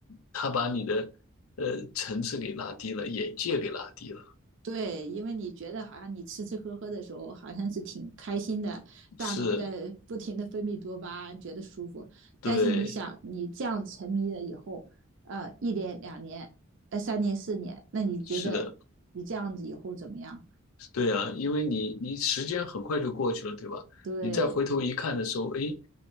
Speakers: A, on the left; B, on the right.
A: 他把你的呃层次给拉低了，眼界给拉低了。
B: 对，因为你觉得好像你吃吃喝喝的时候，好像是挺开心的，大脑在不停的分泌多巴胺，
A: 是，
B: 觉得舒服。
A: 对，
B: 但是你想，你这样沉迷了以后，呃，一年、两年、呃，三年、四年，那你觉得你这样子以后怎么样？
A: 是的。对啊，因为你你时间很快就过去了，对吧？
B: 对，
A: 你再回头一看的时候，诶，